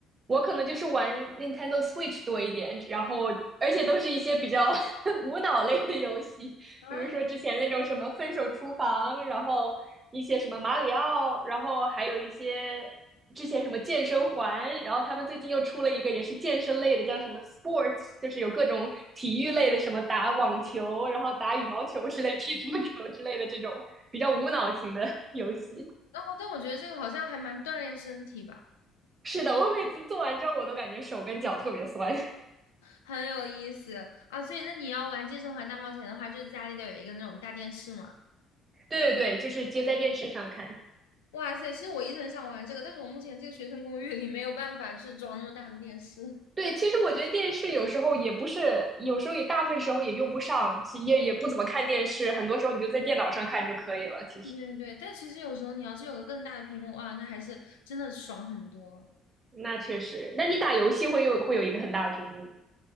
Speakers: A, on the right; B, on the left.
A: 我可能就是玩 Nintendo Switch 多一点，然后而且都是一些比较 <laughs> 无脑类的游戏，
B: 啊，
A: 比如说之前那种什么《分手厨房》，然后一些什么马里奥，然后还有一些之前什么健身环，然后他们最近又出了一个也是健身类的，叫什么 Sports，就是有各种体育类的，什么打网球，然后打羽毛球之类、踢足球之类的这种比较无脑型的游戏。
B: 好，哦，但我觉得这个好像还蛮锻炼身体吧，
A: 是的，我每次做完之后，我都感觉手跟脚特别酸。
B: 很有意思啊。所以那你要玩《健身环大冒险》的话，就是家里得有一个那种大电视嘛。
A: 对对对，就是接在电视上看。
B: 哇塞，其实我一直很想玩这个，但是我目前这个学生公寓里没有办法就是装那么大的电视。<laughs>
A: 对，其实我觉得电视有时候也不是，有时候也大部分时候也用不上，其也也不怎么看电视，
B: 对
A: 很多时候你就在电脑上看就可以了。其实，
B: 对对对但其实有时候你要是有个更大的屏幕，哇，那还是真的爽很多。
A: 那确实，那你打游戏会有会有一个很大的屏幕